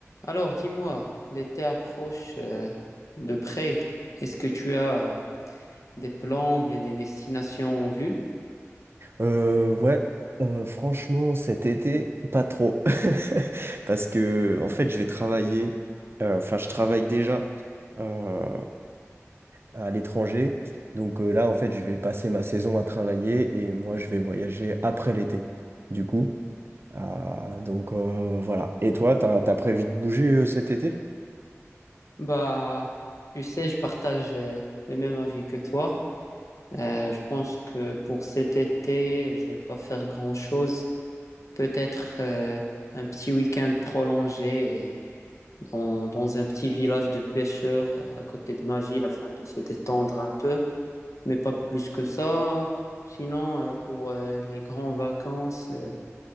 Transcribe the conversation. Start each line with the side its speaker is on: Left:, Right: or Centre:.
Left: Alors, dis-moi, l'été approche euh, de près. Est-ce que tu as euh, des plans, bien des destinations en vue?
Right: Euh, ouais, euh, franchement, cet été, pas trop. <laughs> Parce que, en fait, je vais travailler, euh, enfin, je travaille déjà euh, à l'étranger. Donc euh, là, en fait, je vais passer ma saison à travailler et moi, je vais voyager après l'été, du coup. Ah, donc euh, voilà. Et toi, t'as, t'as prévu de bouger euh, cet été?
Left: Bah, tu sais, je partage euh, le même avis que toi. Euh, je pense que pour cet été, je vais pas faire grand-chose. Peut-être euh, un petit week-end prolongé dans, dans un petit village de pêcheurs euh, à côté de ma ville afin de se détendre un peu, mais pas plus que ça. Sinon, euh, pour euh, les grandes vacances. euh,